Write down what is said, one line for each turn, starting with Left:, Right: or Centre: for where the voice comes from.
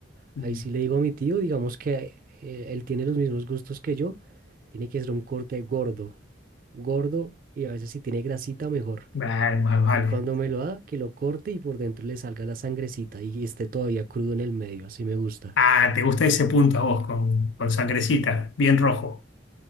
Right: Ahí
Left: Mm.
Right: sí le digo a mi tío, digamos que eh, él tiene los mismos gustos que yo, tiene que ser un corte gordo, gordo y a veces si tiene grasita mejor.
Left: Vale, vale, vale.
Right: Y cuando me lo da, que lo corte y por dentro le salga la sangrecita y esté todavía crudo en el medio, así me gusta.
Left: Ah, te gusta ese punto a vos, con, con sangrecita, bien rojo.